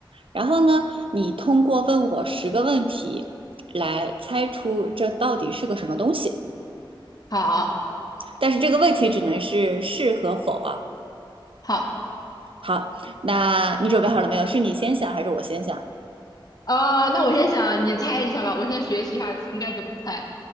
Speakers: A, on the right; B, on the left.
A: 然后呢，你通过问我十个问题来猜出这到底是个什么东西。
B: 好，
A: 但是这个问题只能是是和否啊。
B: 好，
A: 好，那你准备好了没有？是你先想还是我先想
B: 啊，那我先想，你猜一下吧，我先学习一下应该怎么猜